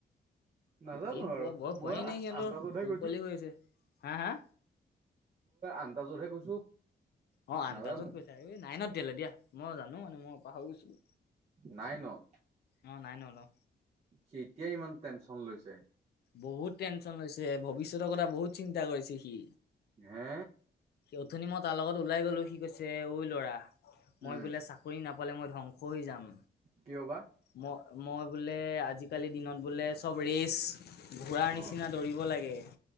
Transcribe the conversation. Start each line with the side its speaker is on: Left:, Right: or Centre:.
Right: নাজানো
Left: টেইন পোৱা
Right: আৰু
Left: বয়স হোৱাই
Right: মই
Left: নাই সিহঁতৰ
Right: আন্তাজতহে
Left: সৰু
Right: কৈছো।
Left: পোৱালি হৈ আছে। হা হা
Right: আন্তাজতহে কৈছো।
Left: অ আনন্তাজত
Right: নাজানো
Left: কৈছা এই নাইনত তেয়লে দিয়া মই জানো মানে মই পাহৰি গৈছিলো।
Right: নাইনত
Left: অ নাইনত অ
Right: সি এতিয়াই ইমান টেনচন লৈছে
Left: বহুত টেনশচন লৈছে, ভৱিষ্যতৰ কথা বহুত চিন্তা কৰিছে সি।
Right: হে।
Left: অথনি মই তাৰ লগত ওলাই গলো সি কৈছে, ঐ ল'ৰা মই
Right: উম
Left: বোলে চাক কৰি নাপালে মই ধ্বংস হৈ যাম।
Right: কিয় বা
Left: ম-মই বোলে আজিকালি দিনত বোলে চব ৰেইচ ঘোৰাৰ নিচিনা
Right: অ
Left: দৌৰিব লাগে,